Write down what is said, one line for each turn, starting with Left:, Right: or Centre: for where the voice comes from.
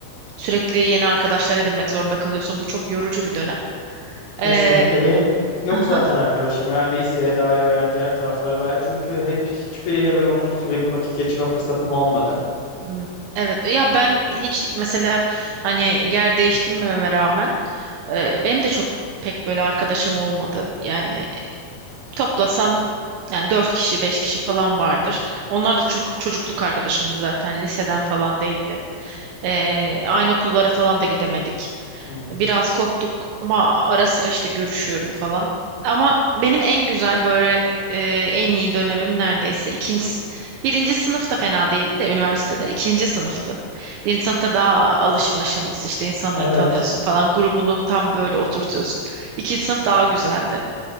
Right: Sürekli yeni arkadaşlar edinmek zorunda kalıyorsun. Bu çok yorucu bir dönem. Ee,
Left: Kesinlikle benim yok
Right: aha.
Left: zaten arkadaşım ya liseye dair veya diğer taraflara dair. Çünkü hep hiçbiriyle böyle uzun süreli bir vakit geçirme fırsatım olmadı.
Right: hmm, Evet ya ben hiç mesela hani yer değiştirmememe rağmen e, benim de çok pek böyle arkadaşım olmadı. Yani Toplasan yani dört kişi, beş kişi falan vardır. Onlar da çok çocukluk arkadaşımdı zaten. Liseden falan değildi. Ee, aynı okullara falan da gidemedik.
Left: Hmm.
Right: Biraz koptuk ama ara sıra işte görüşüyorum falan. Ama benim en güzel böyle e, en iyi dönemim neredeyse ikinci, s- birinci sınıfta fena değildi de üniversitede ikinci sınıftı. Birinci sınıfta daha alışma aşaması işte insanları
Left: Evet.
Right: tanıyorsun falan grubunu tam böyle oturtuyorsun. İkinci sınıf daha güzeldi.